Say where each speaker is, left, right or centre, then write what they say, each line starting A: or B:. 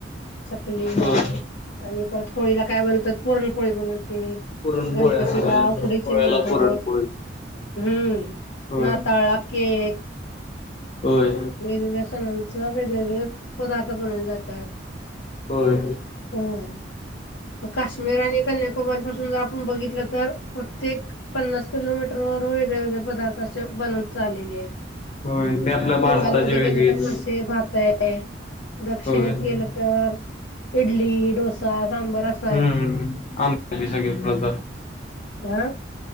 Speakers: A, on the left; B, on the left.
A: चकलीला
B: होय
A: आणि परत होळीला काय बनतात, पुरणपोळी बनवते.
B: पुरणपोळ्या
A: गणपतीला
B: करायचो.
A: उकडीचे
B: पोळ्याला
A: मोदक
B: पुरणपोळी
A: हम्म,
B: होय
A: नाताळा केक
B: होय.
A: वेगवेगळ्या सणांच, वेगवेगळे पदार्थ बनवले जातात.
B: होय.
A: हम्म काश्मीर आणि कन्याकुमारी पासून जर आपण बघितलं तर प्रत्येक पन्नास किलोमीटर वर वेगळे वेगळे पदार्थ असे बनत चाललेले आहेत.
B: होय ते आपल्या
A: बंगालमध्ये
B: भारताची
A: गेलं
B: वेगळीच
A: तर मासे भात आहे. दक्षिणेत
B: होय
A: गेलं तर इडली, डोसा, सांबार असे
B: हम्म आमच्या घरी सगळे पदार्थ
A: हा आ